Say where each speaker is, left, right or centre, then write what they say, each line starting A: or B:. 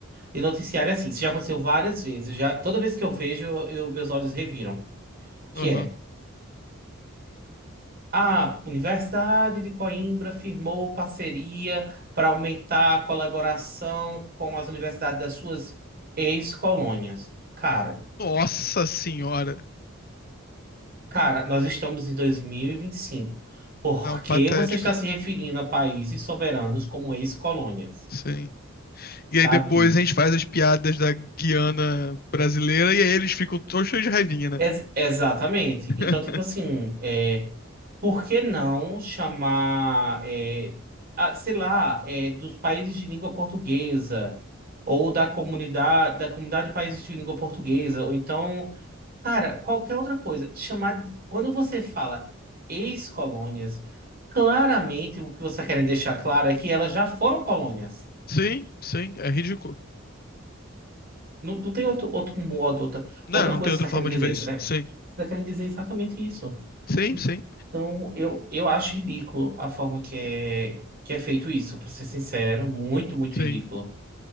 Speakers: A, on the right; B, on the left.
A: de noticiário é assim. Isso já aconteceu várias vezes. Já, toda vez que eu vejo, eu- meus olhos reviram. Que
B: Aham.
A: é. A Universidade de Coimbra firmou parceria para aumentar a colaboração com as universidades das suas ex-colônias. Cara,
B: Nossa senhora.
A: cara, nós estamos em 2025. Por
B: Não, patético.
A: que você está se referindo a países soberanos como ex-colônias?
B: Sim.
A: Sabe?
B: E aí depois a gente faz as piadas da Guiana brasileira e aí eles ficam todos cheios de raivinha, né?
A: Ex- exatamente.
B: <laughs>
A: Então, tipo assim, é, por que não chamar, é, a- sei lá, é, dos países de língua portuguesa, ou da comunidade, da comunidade de países de língua portuguesa, ou então, cara, qualquer outra coisa. Chamar, quando você fala ex-colônias, claramente o que você está querendo deixar claro é que elas já foram colônias.
B: Sim, sim, é ridículo.
A: Não, não tem outro, outro modo, outra,
B: Não,
A: outra
B: não
A: coisa
B: tem outra
A: que você está
B: forma
A: querendo dizer.
B: de ver isso.
A: Você está,
B: Sim,
A: você está querendo dizer exatamente isso.
B: sim, sim,
A: Então, eu, eu acho ridículo a forma que é, que é feito isso, pra ser sincero, muito, muito
B: sim.
A: ridículo.